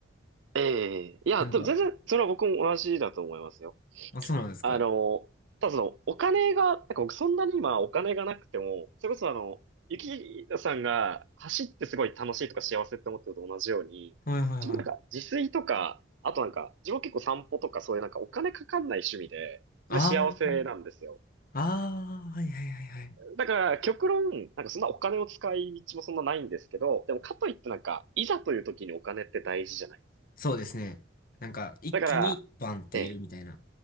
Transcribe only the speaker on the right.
ええいや、
でも全然、それは僕も同じだと思いますよ。
あの、ただその、お金が、なんか僕そんなに今お金がなくても、それこそあの、ゆきさんが走ってすごい楽しいとか幸せって思ってるのと同じように、
自分なんか自炊とか、あとなんか、自分結構散歩とかそういうなんかお金かかんない趣味で、全然幸せなんですよ。
だから、極論、なんかそんなお金を使い道もそんなないんですけど、でもかといってなんか、いざという時にお金って大事じゃない。
だから、ええ、